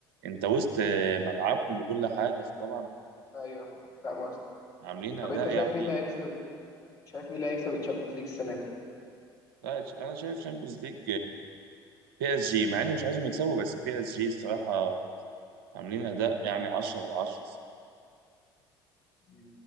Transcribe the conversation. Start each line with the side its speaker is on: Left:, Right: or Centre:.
Right: انت وسط ملعبهم وكل حاجة فطبعا
Left: ايوه فاهم قصدك
Right: عاملين
Left: طب
Right: اداء
Left: انت شايف
Right: يعني
Left: مين اللي هيكسب شايف مين اللي هيكسب الشامبيونز ليج السنه
Right: لا انا شايف شامبيونز ليج بي اس جي مع اني مش عايزهم يكسبوا بس بي اس جي الصراحة عاملين اداء يعني 10 من 10
Left: دي